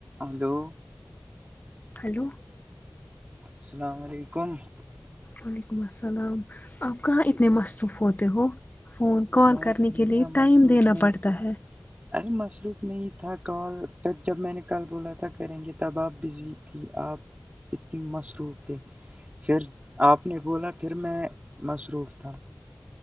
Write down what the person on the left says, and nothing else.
hello <inaudible>
وعلیکم السلام آپ کہاں اتنے مصروف ہوتے ہو فون کال
کرنے
کے لیے ٹائم
دینا
پڑتا ہے